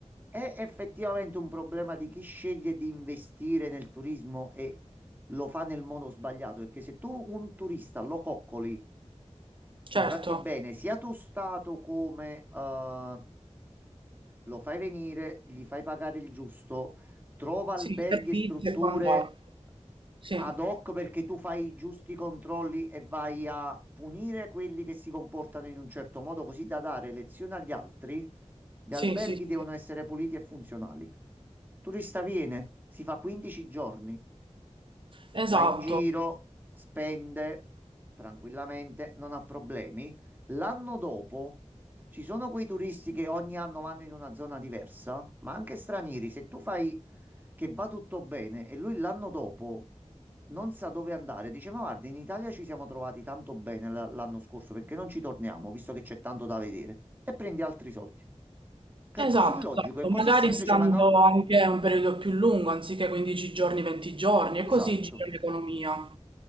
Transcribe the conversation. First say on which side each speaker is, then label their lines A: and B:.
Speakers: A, on the right (about 15°); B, on the right (about 45°).
A: è effettivamente un problema di chi sceglie di investire nel turismo e lo fa nel modo sbagliato, perché se tu un turista lo coccoli,
B: certo.
A: lo tratti bene, sia tu stato come eh, lo fai venire, gli fai pagare il giusto, trova
B: Sì,
A: alberghi
B: servizi
A: e strutture
B: e quant'altro. Sì,
A: ad hoc perché tu fai i giusti controlli e vai a punire quelli che si comportano in un certo modo, così da dare lezione agli altri. Gli
B: sì,
A: alberghi
B: sì,
A: devono
B: sì.
A: essere puliti e funzionali. Turista viene, si fa 15 giorni
B: Esatto,
A: va in giro, spende tranquillamente, non ha problemi. L'anno dopo ci sono quei turisti che ogni anno vanno in una zona diversa, ma anche stranieri. Se tu fai che va tutto bene e lui l'anno dopo non sa dove andare, dice: Ma guarda, in Italia ci siamo trovati tanto bene l- l'anno scorso perché non ci torniamo, visto che c'è tanto da vedere, e prendi altri soldi. Che
B: esatto,
A: È così logico,
B: esatto.
A: è così
B: Magari
A: semplice,
B: stando
A: ma no.
B: anche un periodo più lungo, anziché 15 giorni, 20 giorni, e così
A: Esatto.
B: gira l'economia.